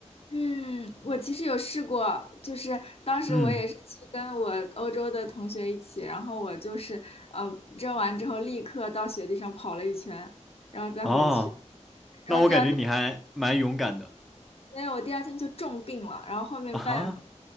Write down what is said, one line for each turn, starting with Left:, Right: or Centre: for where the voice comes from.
Left: 嗯，我其实有试过，就是当时我也是去跟我欧洲的同学一起，
Centre: 嗯，
Left: 然后我就是呃蒸完之后立刻到雪地上跑了一圈，然后再回去，
Centre: 哦，
Left: 然后第二天。
Centre: 那我感觉你还蛮勇敢的
Left: 没有，我第二天就重病了，然后后面半
Centre: 啊哈